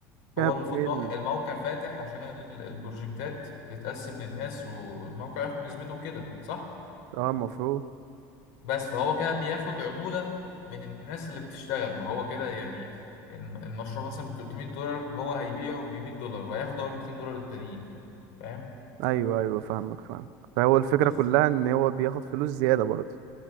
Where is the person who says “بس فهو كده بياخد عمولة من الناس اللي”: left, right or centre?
Left